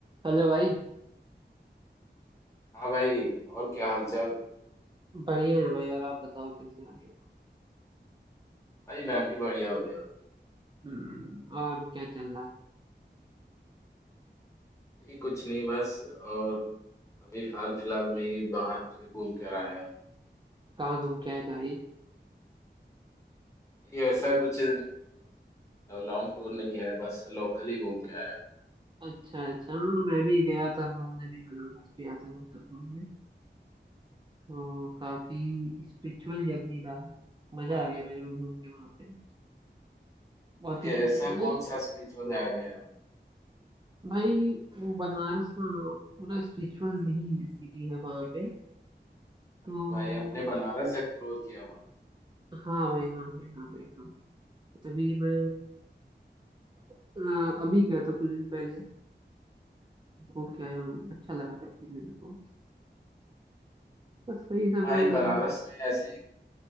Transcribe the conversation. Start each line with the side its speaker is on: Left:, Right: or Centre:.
Right: हेलो भाई
Left: हाँ भाई और क्या हालचाल
Right: बढ़िया है भाई और आप बताओ कैसे हाल है
Left: भाई मैं भी बढ़िया हो गया
Right: हम्म, और क्या चल रहा है
Left: ये कुछ नहीं बस और अभी हाल फिलहाल में ही बाहर से घूम कर आया हूँ
Right: कहाँ घूम के आए थे भाई
Left: ये ऐसा कुछ लॉन्ग टूर नहीं है बस लोकल ही घूम के आया
Right: अच्छा अच्छा हाँ, मैं भी गया था घूमने भी बनारस गया था मतलब घूमने तो काफी स्पिरिचुअल जर्नी रहा मजा आ गया मेरे को घूम के वहाँ पे बहुत
Left: हूँ। ये
Right: ही
Left: ऐसा
Right: मतलब
Left: कौन सा स्पिरिचुअल जगह गया
Right: भाई वो बनारस ना पूरा स्पिरिचुअल ही सिटी है वहाँ पे तो
Left: अच्छा, भाई आपने बनारस एक्सप्लोर किया हुआ है
Right: हाँ भाई हाँ भाई हाँ भाई हाँ भाई। तभी मैं अ, अभी गया था कुछ दिन पहले ओके आई हम अच्छा लगा काफी मेरे को बस वही सब
Left: भाई
Right: है वो-
Left: बनारस में ऐसी